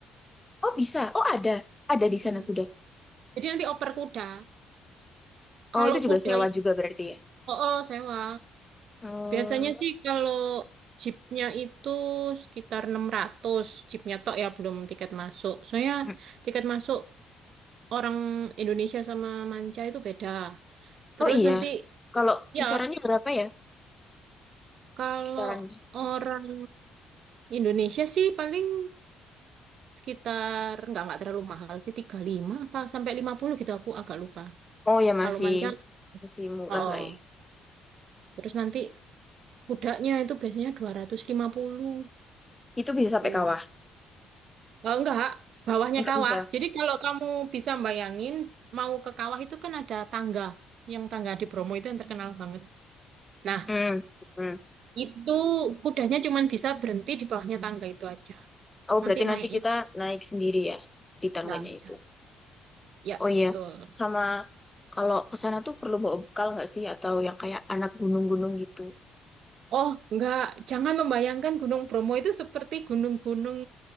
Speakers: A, on the left (about 15°); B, on the right (about 70°).
A: Oh bisa. Oh ada. Ada
B: Hmm.
A: di sana kuda.
B: Jadi nanti oper kuda. Kalau
A: Oh itu juga
B: kuda
A: sewa
B: itu,
A: juga berarti ya.
B: oh, oh, sewa.
A: Hmm.
B: Biasanya sih kalau jeepnya itu sekitar enam ratus Jeepnya tok ya, belum tiket masuk. Soalnya
A: Hmm.
B: tiket masuk orang Indonesia sama manca itu beda. Terus
A: Oh iya.
B: nanti,
A: Kalau kisarannya
B: ya
A: berapa ya?
B: Kalau
A: Kisarannya.
B: orang Indonesia sih paling sekitar nggak nggak terlalu mahal sih 35 apa sampai 50 gitu aku agak lupa.
A: Oh ya masih
B: Kalau manja
A: masih murah
B: oh, oh.
A: lah ya.
B: Terus nanti kudanya itu biasanya 250
A: Itu bisa sampai
B: tuh.
A: kawah.
B: Oh, enggak, bawahnya
A: Enggak
B: kawah.
A: bisa.
B: Jadi kalau kamu bisa bayangin mau ke kawah itu kan ada tangga. Yang tangga di Bromo itu yang terkenal banget. Nah,
A: Mm, mm.
B: itu kudanya cuma bisa berhenti di bawahnya tangga itu aja.
A: Oh,
B: Nanti
A: berarti nanti
B: naiknya
A: kita naik sendiri ya di tangganya
B: ya, jalan.
A: itu.
B: Ya,
A: Oh iya,
B: betul.
A: sama kalau ke sana tuh perlu bawa bekal nggak sih? Atau yang kayak anak gunung-gunung gitu.
B: Oh, enggak. Jangan membayangkan Gunung Bromo itu seperti gunung-gunung